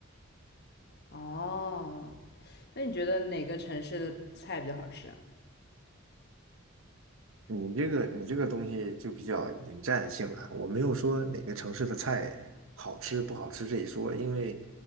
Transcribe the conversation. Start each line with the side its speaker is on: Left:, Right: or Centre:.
Left: 哦，那你觉得哪个城市的菜比较好吃啊？
Right: 你这个你这个东西就比较引战性了。我没有说哪个城市的菜好吃不好吃这一说，因为